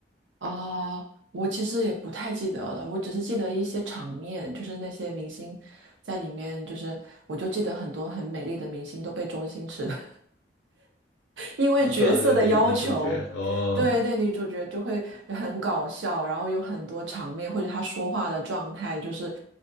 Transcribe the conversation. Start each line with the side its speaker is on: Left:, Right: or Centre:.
Right: 啊，我其实也不太记得了，我只是记得一些场面，就是那些明星在里面，就是我就记得很多很美丽的明星都被周星驰 <laughs> 因为角色的要求，
Left: 当做这女女主角哦，
Right: 对，那女主角就会很搞笑，然后有很多场面或者她说话的状态就是